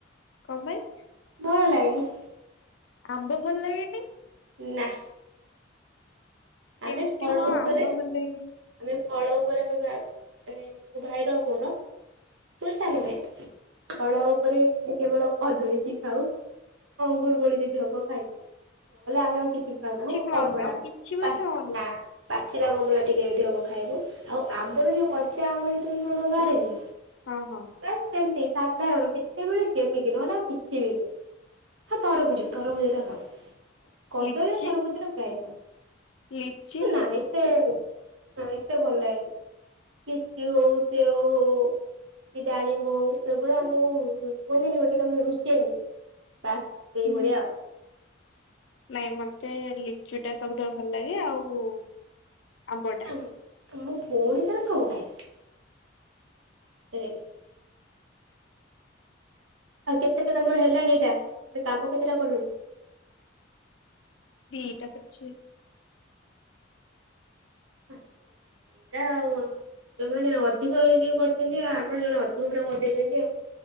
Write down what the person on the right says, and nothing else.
ଭଲ ଲାଗେନି।
ନା। ଆମେ
ଫଳ
ଉପରେ
ଆମେ ଫଳ ଉପରେ ଆମେ ଭା ମାନେ, ମୋ ଭାଇର ଆଉ ମୋର, ମୋର ସାନ ଭାଇ। ଫଳ ଉପରେ ଖାଲି କେବଳ କଦଳୀ କି ଖାଉ, ଅଙ୍ଗୁର କୋଳି ଯଦି ହବ ଖାଇବୁ। ନହେଲେ ଆମେ ଆଉ କିଛି ଖାଉନାହୁଁ
କମଳା,
ତା
ନା। ପାଚିଲା କମଳା ଟିକେ ଏଠି ହବ ଖାଇବୁ, ଆଉ ଆମ୍ବରୁ ଯୋଉ କଞ୍ଚା ଆମ୍ବ ଯେତେବେଳେ ନୂଆ, ନୂଆ ବାହାରେନି
ବାସ୍ ସେମତି ସାଧାରଣ କେତେବେଳେ କେମିତି, ନହେଲେ ଆଉ କିଛି ବି ନୁହଁ। ହଁ ତରଭୁଜ, ତରଭୁଜ ଟା ଖାଉ। କଦଳୀ
ଆଉ ତରଭୁଜା ଟା ପ୍ରାୟ ଖାଉ।
ନା ଏତେ, ନା ଏତେ ଭଲ ଲାଗେନି। କିଛି ହଉ, ସେ ଓ ହଉ କି ଡାଳିମ୍ବ ହୋଉ ଏଗୁଡା ଆମକୁ କୁହନ୍ତିନି ଗୋଟେ ରୁଚେନି ବାସ୍। ସେଇଭଳିଆ
ଆଉ।
ଆମୋ ଭଉଣୀ ତାର ସବୁ ଖାଏ। <unintelligible> ଆଉ କେତେଟା ତମର ହେଲାଣି ଏଇଟା, ମାନେ କାମ କେତେଟା କଲୁଣି?
<unintelligible> ଯଉମାନେ ଅଧିକ ଇଏ କରିଛନ୍ତି, ଆମର ଜଣେ ଅଧିକ ପୁରା କରିଦେଇଛନ୍ତି ଆଉ।